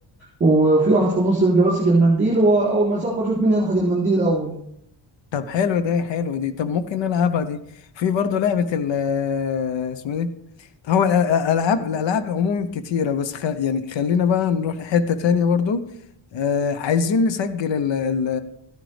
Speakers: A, on the right; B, on the left.
A: وفي واحد في النص بيبقى ماسك المنديل واول ما يصفر شوف مين هيلحق المنديل الاول
B: طب حلو ده حلو دي طب ممكن نلعبها دي في برضو لعبة ال <laughs> اسمها دي هو الألعاب الألعاب عموما كتيرة بس خ... يعني خلينا بقى نروح لحتة تانية برضو آه عايزين نسجل ال... ال...